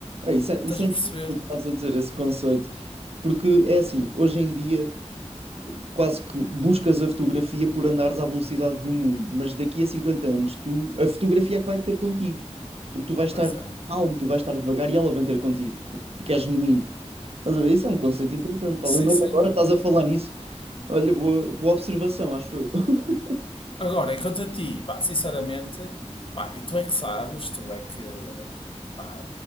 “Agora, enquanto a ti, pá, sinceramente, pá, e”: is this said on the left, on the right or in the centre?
Left